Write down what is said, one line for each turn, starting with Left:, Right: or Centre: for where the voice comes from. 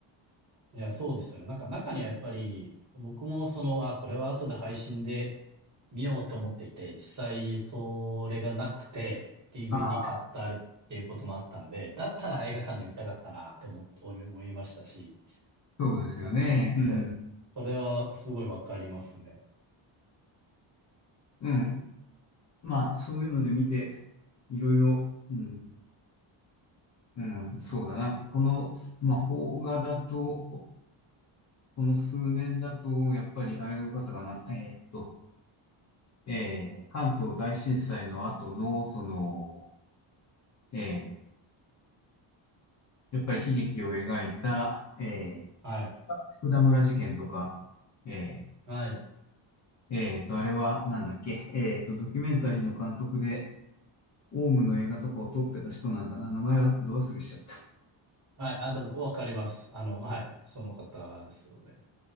Right: いや、そうですよね。なんか中にはやっぱり、僕もその、あ、これは後で配信で見ようと思っていて、実際それがなくて、DVD
Left: <laughs>
Right: 買ったあれっていうこともあったんで、
Left: あ
Right: だったら映画館で見たかったなって思っ、
Left: あ、
Right: 思い思いましたし、
Left: そうですよね。
Right: なんで、
Left: うん。
Right: そうです。それはすごいわかりますね。
Left: うん。まあそういうので見て、いろいろ、うん。うん、そうだな。この、まあ邦画だと、ここの数年だと、やっぱりあれが良かったかな。えーっと、えー、関東大震災の後の、その、えーやっぱり悲劇を描いた、えー、
Right: はい。
Left: 福田村事件とか、え
Right: はい。
Left: ー、えーと、あれはなんだっけ、えーと、ドキュメンタリーの監督で、オウムの映画とかを撮ってた人なんだな。名前はど忘れしちゃった。
Right: はい。あ、でもわかります。あの、はい。その方ですよね。